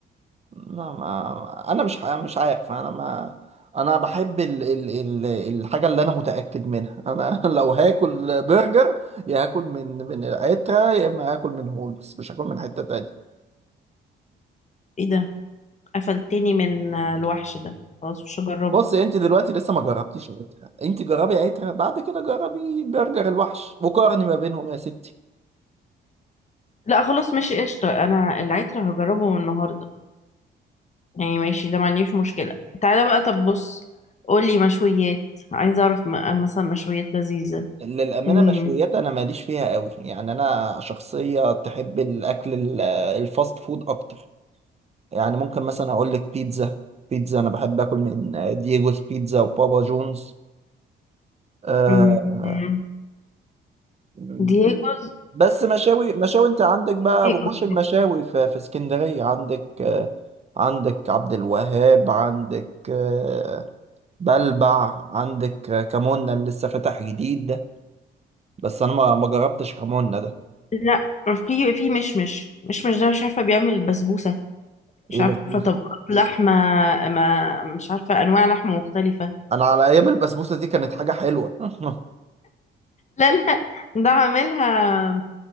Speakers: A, on the right; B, on the left.
A: لا ما انا مش ح- مش عارف انا ما انا بحب ال... ال... ال... الحاجه اللي انا متاكد منها انا <laughs> لو هاكل برجر يا هاكل من من العتره يا اما هاكل من هولمز مش هاكل من حته تانية
B: ايه ده قفلتني من آه، الوحش ده خلاص مش هجربه
A: بص انت دلوقتي لسه ما جربتيش عتره انت جربي عتره بعد كده جربي برجر الوحش وقارني ما بينهم يا ستي
B: لا خلاص ماشي قشطه انا العترة هجربه من النهارده يعني ماشي ده ما عنديش مشكله تعالى بقى طب بص قولي مشويات عايزه اعرف م- مثلا مشويات لذيذه
A: للأمانة
B: مين
A: مشويات أنا ماليش فيها قوي يعني أنا شخصية تحب الأكل ال- الفاست فود أكتر يعني ممكن مثلا اقول لك بيتزا بيتزا انا بحب اكل من دييجوز بيتزا وبابا جونز آه،
B: مم.
A: آه،
B: دييجوز
A: بس مشاوي مشاوي انت عندك بقى
B: دييجوز
A: وحوش المشاوي في, في اسكندرية عندك آه، عندك عبد الوهاب عندك آه، بلبع عندك آه، كمونة اللي لسه فاتح جديد ده بس انا ما ما جربتش كمونة ده
B: لا في في مشمش مشمش ده مش عارفه بيعمل بسبوسه مش
A: ايه
B: عارفه
A: بسبوسة
B: طبقات لحمه ما مش عارفه انواع لحمه مختلفه
A: انا على ايام البسبوسة دي كانت حاجة حلوة <laughs>
B: لا لا ده عاملها